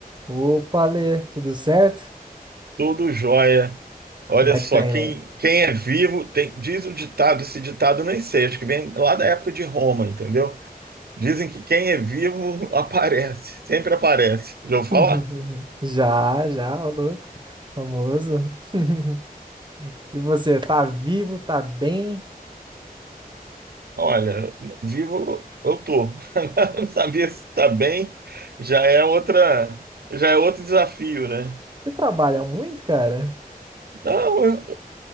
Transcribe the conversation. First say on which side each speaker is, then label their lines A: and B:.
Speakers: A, on the right; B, on the right.
A: Opa, Lê, tudo certo?
B: Tudo jóia. Olha
A: Como é
B: só,
A: que tá indo
B: quem,
A: aí?
B: quem é vivo tem- diz o ditado, esse ditado eu nem sei, acho que vem lá da época de Roma, entendeu? Dizem que quem é vivo <laughs> aparece, sempre aparece. Já vou falar?
A: <laughs> Já, já, ô louco. Famoso. <laughs> E você, tá vivo, tá bem?
B: Olha, vivo eu tô. <laughs> Agora, Não sabia se tá bem, já é outra, já é outro desafio, né?
A: Você trabalha muito, cara?
B: Não, eu,